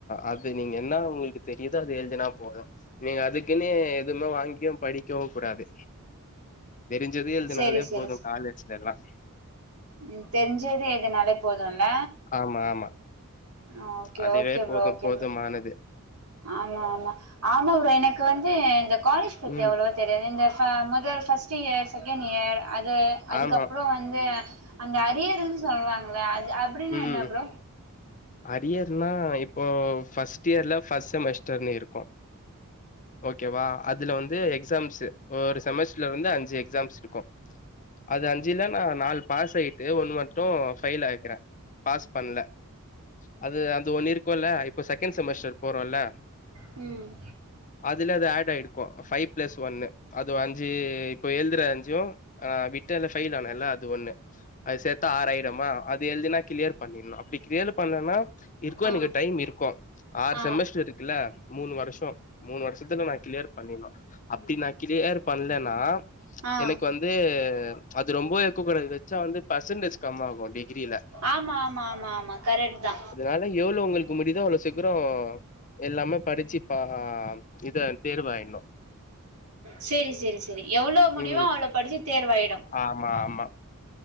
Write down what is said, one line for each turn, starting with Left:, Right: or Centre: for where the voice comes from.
Left: அது நீங்க என்ன உங்களுக்கு தெரிதோ அது எழுதுனா போது நீங்க அதுக்குன்னு எதுவுமே வாங்கியு படிக்கவு கூடாது தெரிஞ்சது எழுதுனாலே
Right: செரி செரி
Left: போது
Right: செ
Left: காலேஜ்லெல்லா
Right: ம் தெரிஞ்சது எதுனாலே போதுல்ல
Left: ஆமா ஆமா
Right: அ ஓகே
Left: அதுவே
Right: ஓகே
Left: போது
Right: ப்ரோ ஓகே
Left: போதுமானது
Right: ப்ரோ ஆமா ஆமா ஆமா ப்ரோ எனக்கு வந்து இந்த காலேஜ் பத்தி
Left: ம்
Right: அவ்ளவா தெரியாது இந்த ஃப மொதல் ஃபஸ்டு இயர் சகேன் இயர் அது அதுக்கப்றோ
Left: ஆமா
Right: வந்து அந்த அரியருன் சொல்லுராங்கள அத் அப்டின்னா
Left: ம்
Right: அது என்ன ப்ரோ
Left: அரியர்னா இப்போ ஃபர்ஸ்ட் இயர்ல ஃபர்ஸ்ட் செமஸ்டர்னு இருக்கு ஓகேவா அதுல வந்து எக்ஸாம்ஸ்சு ஒரு செமஸ்டர்ல வந்து அஞ்சு எக்ஸாம்ஸ்சு இருக்கு அது அஞ்சுல நா நால் பாஸ் ஆயிட்டு ஒன்னு மட்டு ஃபயில் ஆய்க்கிற பாஸ் பண்ல அது அது ஒண்ணு இருக்கோல இப்ப செகண்டு செமஸ்டர் போறோல்ல
Right: ம்
Left: அதுல அது ஆட் ஆயிருக்கு ஃபைவ் பிளஸ் ஒன்னு அது அஞ்சு இப்ப எழுதுற அஞ்சு ஆ விட்டல ஃபேயில் ஆனேல்ல அது ஒன்னு அது சேத்தா ஆறாயிரமா அது எழுதினா கிளியர் பண்ணிட்ணு அப்டி கிளியர் பண்ணலனா இருக்கு
Right: ஆ
Left: எனக்கு டைம் இருக்கு ஆறு
Right: ஆ
Left: செமஸ்டர் இருக்குல்ல மூணு வருஷோ மூணு வருஷத்துல நா கிளியர் பண்ணிணு அப்டி நா கிளியர் பண்ணலன்னா
Right: ஆ
Left: எனக்கு வந் து அது ரொம்பவே இருக்கக்கூடாது வச்சா வந்து பர்சன்டேஜ் கம் ஆகும் டிகிரில
Right: ஆமா ஆமா ஆமா ஆமா கரெக்ட் தா
Left: இதனால எவ்ளோ உங்களுக்கு முடிதோ அவ்ளோ சீக்கரோ எல்லாமே படிச்சு பா இத தேர்வாயிட்ணு
Right: செரி செரி செரி எவ்ளோ முடியுமோ
Left: ம்
Right: அவ்ளோ படிச்சு தேர்வாய்டு
Left: ஆமா ஆமா